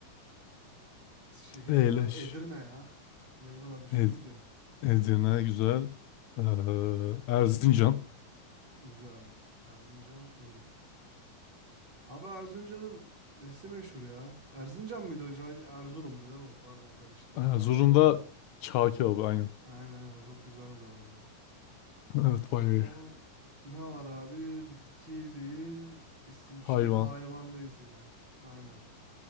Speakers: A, on the right (about 35°); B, on the left (about 70°).
A: Şehir
B: Eyleş.
A: ne var? Edirne ya. Niye bu kadar düşündüm
B: Ed
A: ki?
B: Edirne güzel. Ee, Erzincan.
A: Güzel. Erzincan iyi. Abi Erzincan'ın nesi meşhur ya? Erzincan mıydı o? Cağ- Erzurum'du değil mi o? Pardon karıştı.
B: Ha,
A: Cağ
B: Zur'un
A: kebabı o.
B: çağ kebabı aynen.
A: Aynen o çok güzel oluyor ya.
B: <laughs> Evet
A: O
B: bayağı iyi.
A: zaman ne var abi? Bitki değil, isim
B: Hayvan.
A: şehir hayvandayız yine. Aynen.